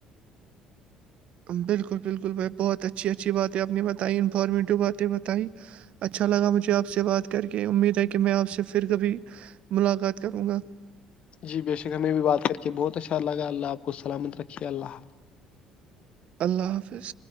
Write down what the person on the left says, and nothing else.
جی بے شک ہمیں بھی بات کر کے بہت اچھا لگا اللہ آپ کو سلامت رکھیے اللہ